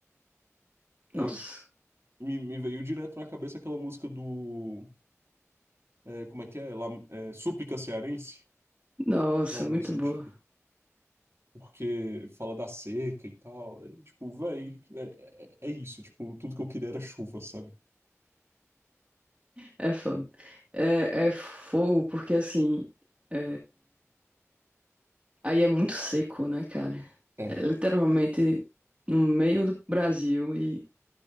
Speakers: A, on the right; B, on the right.
A: É,
B: Nossa.
A: me, me veio direto na cabeça aquela música do. é, como é que é? Lá, é? Súplica Cearense,
B: Nossa,
A: em algum
B: muito
A: sentido.
B: boa.
A: Porque fala da seca e tal. E, tipo, véi, é, é, é isso. Tipo, tudo que eu queria era chuva, sabe?
B: É fogo. É, é fogo porque assim. é, Aí é muito seco, né, cara?
A: É,
B: É literalmente no meio do Brasil e.